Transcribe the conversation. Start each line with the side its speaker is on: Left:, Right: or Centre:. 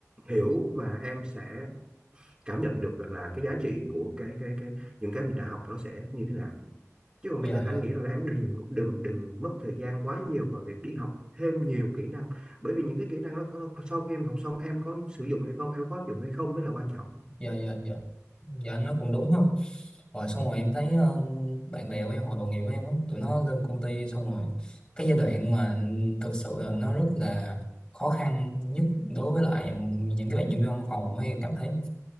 Right: hiểu và em sẽ cảm nhận được rằng là cái giá trị của cái cái cái những cái mình đã học nó sẽ như thế nào chứ còn
Left: dạ
Right: bây giờ
Left: dạ
Right: anh nghĩ rằng là em đừng đừng đừng mất thời gian quá nhiều vào việc đi học thêm nhiều kỹ năng bởi vì những cái kỹ năng đó sau khi em học xong em có sử dụng hay không em có áp dụng hay không mới là quan
Left: dạ dạ dạ dạ nó cũng đúng không rồi xong rồi em thấy ờ, bạn bè của em hoặc đồng nghiệp của em á tụi nó lên công ty xong rồi cái giai đoạn mà thực sự là nó rất là khó khăn nhất đối với lại những cái bạn nhân viên văn phòng ấy, em cảm thấy